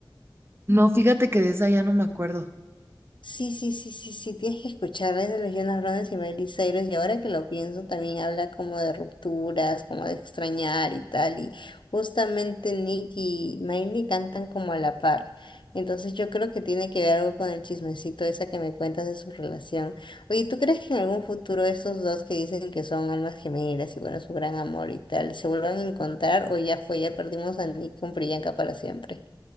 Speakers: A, on the right; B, on the left.
A: no, fíjate que de esa ya no me acuerdo. <laughs>
B: Sí, sí, sí, sí, sí, tienes que escucharles de los Jonas Brothers y Miley Cyrus, y ahora que lo pienso también habla como de rupturas, como de extrañar y tal, y justamente Nick y Miley cantan como a la par, entonces yo creo que tiene que ver algo con el chismecito esa que me cuentas de su relación. Oye, ¿tú crees que en algún futuro estos dos que dicen que son almas gemelas y bueno, su gran amor y tal, se vuelvan a encontrar o ya fue, ya perdimos a Nick con Priyanka para siempre?